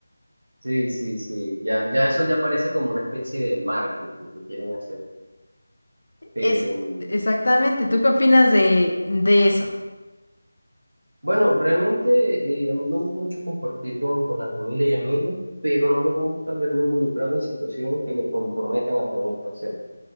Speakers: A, on the right; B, on the left.
A: Sí, sí, sí. Ya, ya eso ya parece como una especie de marketing que quieren hacer. Pero
B: Es
A: mm,
B: exactamente, ¿tú qué opinas de, de eso?
A: bueno, realmente eh, a mí me gusta mucho compartir con, con la familia y amigos, pero no me gusta verme involucrado en situaciones que me comprometan a tener que hacerlo.